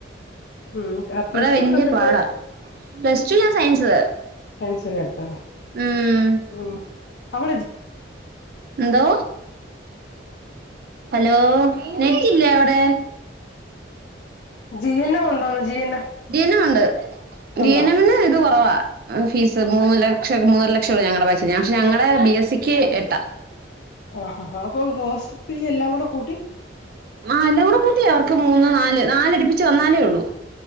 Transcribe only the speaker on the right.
വിടെ വല്യ
പാടാ പ്ലസ് ടു ഞാൻ സയൻസ്
ഉം
എന്തോ ഹലോ നെറ്റില്ലേ അവിടെ
<unintelligible>
ജീനമുണ്ട്
ഗീനമിന് ഇത് കൊറവാ എഹ് ഫീസ് മൂന്നു ലക്ഷം മൂന്നര ലക്ഷം ഉള്ള ഞങ്ങളുടെ ബാച്ചിന് പക്ഷെ ഞങ്ങളെ ബി എസ് സിക്ക് എട്ടാ
ആഹ് എല്ലാം കൂടെ കൂട്ടിയ അവർക്ക് മൂന്ന് നാല് നാല അടിപ്പിച്ച് ന്നാലേ ഉള്ളൂ